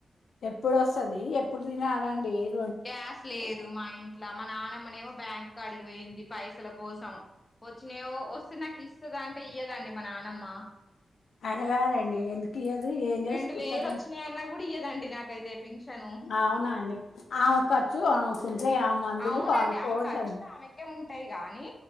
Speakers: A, on the left; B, on the left.
A: ఎప్పుడోస్తది ఎప్పుడు తినాలం పేర్
B: గ్యాస్ లేదు మా ఇంట్ ఇట్లా మా నానమ్మనేమో బ్యాంక్ కాడికిపోఇంది పైసల కోసం వచ్చినయో వస్తే నాకు ఇస్తది అంటే ఇయ్యదండి మా నానమ్మ
A: అడగాలండి ఎందుకు కియదు ఏం చేసుకుంటదడి
B: రెండు వేలు వచ్చినాయన్నా కూడా ఇయ్యదండి నాకైతే పింఛను
A: అవునా అండి ఆమె ఖర్చు ఆవుకుంటే ఆ మందులు
B: అవునండి
A: ఆడుపోవద్దండి
B: ఆమె ఖర్చులు ఆమెకే ఉంటాయి గానీ